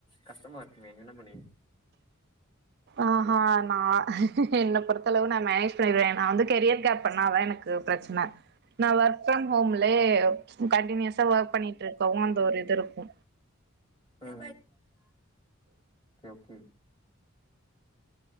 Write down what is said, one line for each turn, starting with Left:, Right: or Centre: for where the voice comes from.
Left: கஷ்டமாருக்குமே என்ன பண்ணுவீங்க
Right: ஆ நா என்ன பொறுத்த அளவு நா மேனேஜ் பண்ணிடுவே நா வந்து கெரியர் கேப் பண்ணாதா எனக்கு பிரச்ன நா ஒர்க் ஃப்ரம் ஹோம்லே கண்டினியூஸா ஒர்க் பண்ணிட்டுருக்கவு அந்த ஒரு இதுருக்கு
Left: <unintelligible> ஓ கே ஓ கே